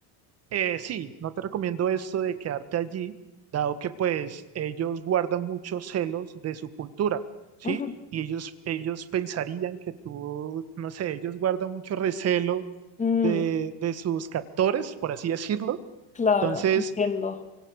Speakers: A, on the right (about 35°); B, on the left (about 15°).
A: eh, sí, no te recomiendo esto de quedarte allí, dado que pues ellos guardan muchos celos de su cultura, ¿sí?
B: Ujú.
A: Y ellos, ellos pensarían que tú, no sé, ellos guardan mucho recelo
B: Mm,
A: de, de sus captores, por así decirlo.
B: claro,
A: Entonces...
B: entiendo.